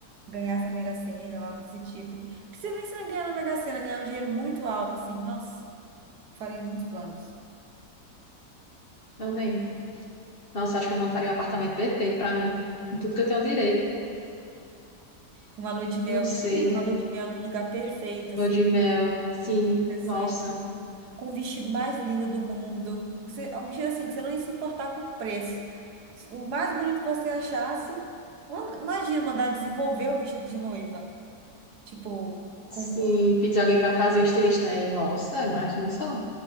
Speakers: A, on the right; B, on the left.
A: ganhar essa Mega Sena ou algo desse tipo. Não precisa nem ser ganhar na Mega Sena, ganhar um dinheiro muito alto, assim. Nossa, faria muitos planos.
B: Também. Nossa, acho que eu montaria um apartamento perfeito pra mim. Com tudo que eu tenho direito.
A: Uma lua de
B: Não
A: mel,
B: sei,
A: imagina,
B: né?
A: uma lua de mel num lugar perfeito, assim,
B: Lua de mel. Sim,
A: interessante,
B: nossa.
A: com o vestido mais lindo do mundo. Você, é um vestido assim, que você não ia se importar com o preço. O mais bonito que você achasse. Mano, Imagina mandar desenvolver o vestido de noiva. Tipo, com
B: Sim,
A: um.
B: pedir alguém pra fazer um estilista. É, nossa, imagina só.